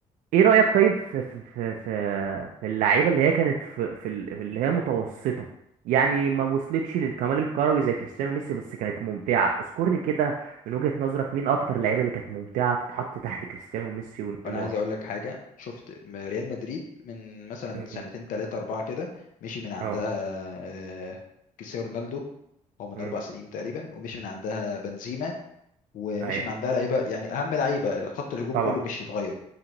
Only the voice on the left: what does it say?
وانا عايز اقول لك حاجة شفت م- ريال مدريد من مثلا
سنتين تلاتة اربعة كده مشي من عندها
آه، كريستيانو رونالدو هو من
اربع سنين تقريبا ومشي من عندها بنزيما ومشي
من عندها لعيبه يعني اهم لعيبه خط الهجوم
كله مشي اتغير